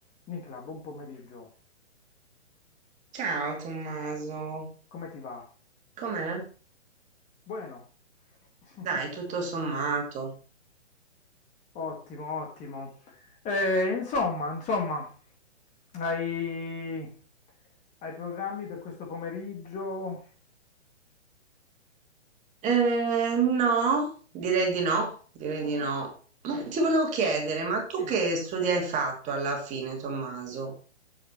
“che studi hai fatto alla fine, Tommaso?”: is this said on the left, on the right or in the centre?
Right